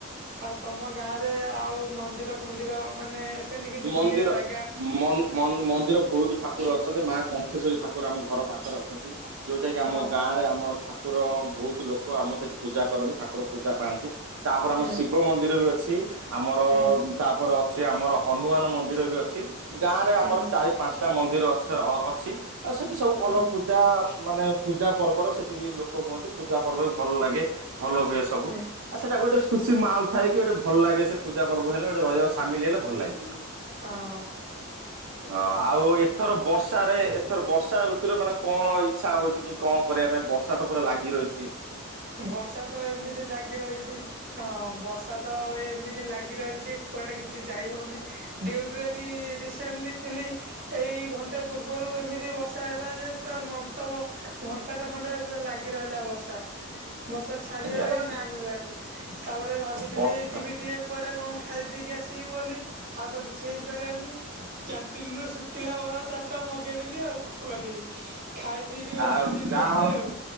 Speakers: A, on the right; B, on the right.
A: ଆଉ ତମ ଗାଁ ରେ ଆଉ ମନ୍ଦିର ଫନ୍ଦିର ମାନେ ସେମିତି କିଛି
B: ମନ୍ଦିର
A: ବୁଲିବା ଜାଗା
B: ମନ୍-ମନ୍-ମନ୍ଦିର ବହୁତ ଠାକୁର ଅଛନ୍ତି ମା କଣ୍ଠେଶ୍ଵରୀ ଠାକୁର ଆମ ଘର ପାଖରେ ଅଛନ୍ତି। ଯୋଉଟା କି ଆମ
A: ହଁ
B: ଗାଁ ରେ ଆମର ଠାକୁର ବହୁତ ଲୋକ ଆମର ସେଠି ପୂଜା କରନ୍ତି ଠାକୁର ପୂଜା ପାଆନ୍ତି। ତା ପରେ ଆମର
A: ହୁଁ।
B: ଶିବ ମନ୍ଦିର ବି ଅଛି। ଆମର
A: ହୁଁ
B: ତା ପରେ ଅଛି ଆମର ହନୁମାନ ମନ୍ଦିର ବି ଅଛି ଗାଁ ରେ
A: ହୁଁ
B: ଆମର ଚାରି ପାଞ୍ଚଟା ମନ୍ଦିର ଅଛ ଅଛି। ଆଉ ସେଇଠି ସବୁ ଭଲ
A: ହୁଁ
B: ପୂଜା ମାନେ ପୂଜା ପର୍ବର ସେଠି ବି ଲୋକ ହୁଅନ୍ତି। ପୂଜା ପର୍ବ ବି ଭଲ ଲାଗେ ଭଲ ହୁଏ ସବୁ।
A: ହୁଁ
B: ଆଉ ସେଟା ଗୋଟେ ଖୁସି ମାଲ ଥାଏ କି ଗୋଟେ ଭ ଲାଗେ ସେ ପୂଜା ପର୍ବ ହେଲେ ଗୋଟେ ରହିବା ସାମିଲ ହେଲେ ଭଲ ଲାଗେ।
A: ହଁ
B: ହଁ ଆଉ ଏ ଥର ବର୍ଷାରେ ଏଥର ବର୍ଷା ଋତୁରେ ମାନେ କଣ ଇଚ୍ଛା ହଉଚି କି କଣ କରିବା ପାଇଁ ବର୍ଷା ତ ପୁରା ଲାଗି ରହି ଚି।
A: ବର୍ଷା ତ ଏମିତି ଲାଗି ରହିଛି। ହଁ ବର୍ଷା ତ ଏମିତି ଲାଗି ରହିଛି କୁଆଡେ କିଛି ଯାଇ ହଉନି। ଡିୟୁଟିରେ ବି ରିସେଣ୍ଟଲି ଥିଲି। ଏଇ ଘଣ୍ଟା ପୂର୍ବରୁ ଏମିତି ବର୍ଷା ହେଲା ଯେ ପୁରା ନନଷ୍ଟପ ଘଣ୍ଟା ଟା ଖଣ୍ଡେ ପୁରା ଲାଗ ଲାଗି ରହିଲା ବର୍ଷା। ବର୍ଷା ଛାଡିବାର
B: ପିଇବା
A: ହିଁ ନା ନେଲାନି ତା ପରେ ଭାବିଥିଲି
B: ହଁ ବର୍ଷା
A: ଯିବି ଟିକେ କୁଆଡେ କଣ ଖାଇ ପିଇ କିି ଆସିବି ବୋଲି। ଆଉ ତ କିଛି ହେଇପାରିଲାନି କ୍ୟାଣ୍ଟିନ ରୁ ଶୁଖିଲା ବରା ଚା ତା ମଗେଇଦେଲି ଆଉ କଣ କରିବି ଖାଇ ପିଇକି ବସିଚି
B: ଆଉ
A: ଡିୟୁଟି
B: ଯାହା ହଉ
A: ରେ ଆଉ।